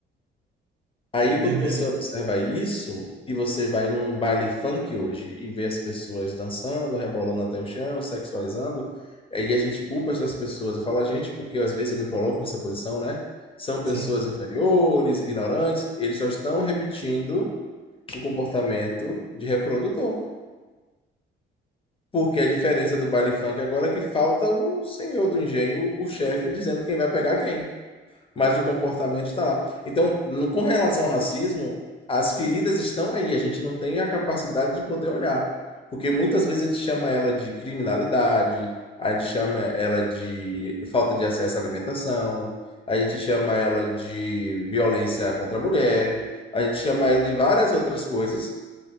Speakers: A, on the left; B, on the right.
A: Aí,
B: Que
A: quando
B: doideira.
A: você observa isso, e você vai num baile funk hoje e vê as pessoas dançando, rebolando até o chão, sexualizando, aí a gente culpa essas pessoas. Eu falo a gente porque às vezes eu me coloco nessa posição, né? São pessoas
B: Sim,
A: inferiores, ignorantes, eles só estão repetindo o comportamento de reprodutor. Porque a diferença do baile funk agora é que falta o senhor do engenho, o chefe, dizendo quem vai pegar quem mas o comportamento está lá. Então, no, com relação ao racismo, as feridas estão aí, a gente não tem a capacidade de poder olhar, porque muitas vezes a gente chama ela de criminalidade, a gente chama ela de falta de acesso à alimentação, a gente chama ela de violência contra a mulher, a gente chama ela de várias outras coisas,